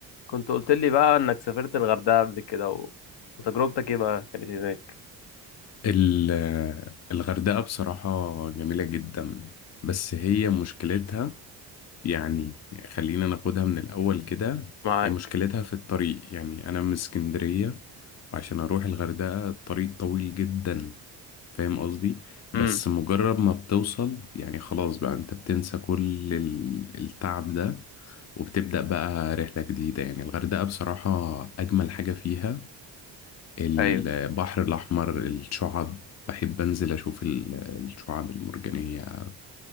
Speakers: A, on the left; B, on the left.
A: كنت قلت لي بقى انك سافرت الغردقة قبل كده و... وتجربتك ايه بقى كانت هناك
B: ال- الغردقة بصراحة جميلة جدا بس هي مشكلتها يعني خلينا ناخدها من الأول كده
A: معاك
B: هي مشكلتها في الطريق يعني أنا من اسكندرية وعشان أروح الغردقة الطريق طويل جدا فاهم قصدي بس
A: امم
B: مجرد ما بتوصل يعني خلاص بقى أنت بتنسى كل ال- التعب ده وبتبدأ بقى رحلة جديدة يعني الغردقة بصراحة أجمل حاجة فيها البحر
A: ايوه
B: الأحمر الشعب بحب أنزل أشوف ال- الشعاب المرجانية